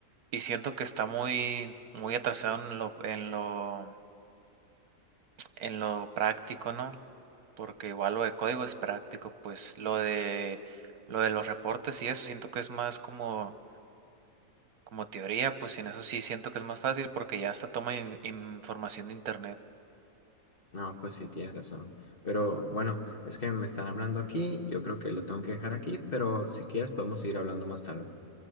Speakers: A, on the right; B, on the left.
A: y siento que está muy, muy atrasado en lo, en lo, en lo práctico, ¿no? Porque igual lo de código es práctico, pues lo de, lo de los reportes y eso siento que es más como Como teoría, pues en eso sí siento que es más fácil porque ya hasta toma in- información de internet.
B: No, pues sí, tienes razón. Pero bueno, es que me están hablando aquí, yo creo que lo tengo que dejar aquí, pero si quieres podemos seguir hablando más tarde,